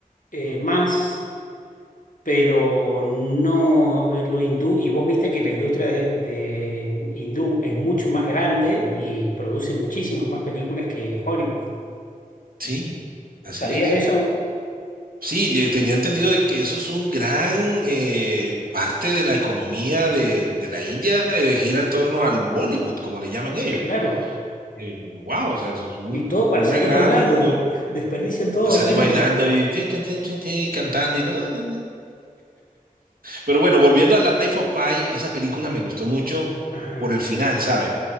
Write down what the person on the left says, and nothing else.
eh, más, pero no eh, lo hindú. Y vos viste que la industria de, de hindú es mucho más grande y produce muchísimas más películas que Hollywood.
¿Sabías
eso?
Claro.
Y todo para
salir
bailando.
<laughs> Desperdician todo
bailando.
Sí.
Ajá.